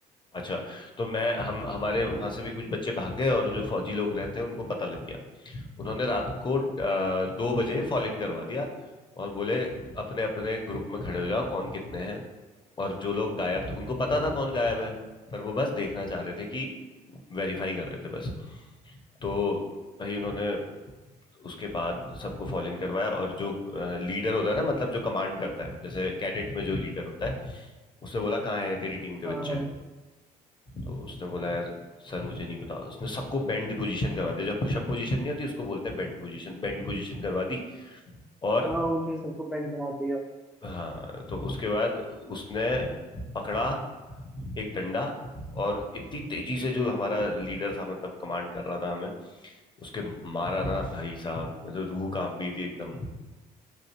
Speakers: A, on the left; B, in the centre.
A: अच्छा तो मैं हम हमारे वहां से भी कुछ बच्चे भाग गए और जो फौजी लोग रहते हैं उनको पता लग गया उन्होंने रात को अ, दो बजे फॉल इन करवा दिया और बोले अपने अपने ग्रुप में खड़े हो जाओ कौन कितने हैं और जो लोग गायब थे उनको पता था कौन गायब है पर वो बस देखना चाह रहे थे कि वेरीफाई कर रहे थे बस तो भाई उन्होंने उसके बाद सबको फॉलो इन करवाया और जो लीडर होता है ना मतलब जो कमांड करता है जैसे कैडेट में जो लीडर होता है उसने बोला कहाँ है तेरी टीम के
B: हाँ
A: बच्चे
B: हाँ
A: तो उसने बोला यार सर मुझे नहीं पता उसने सबको बेंड पोजीशन करवा दिया जब पुशअप पोजीशन नहीं होती उसको बोलते हैं बेंड पोजीशन बेंड पोजीशन करवा दी और
B: हाँ उनने सबको बैंड करा दिया
A: हाँ तो उसके बाद उसने पकड़ा एक डंडा और इतनी तेजी से जो हमारा लीडर था मतलब कमांड कर रहा था हमें उसके मारा ना भाई साहब मैं तो रूह कांप गई थी एकदम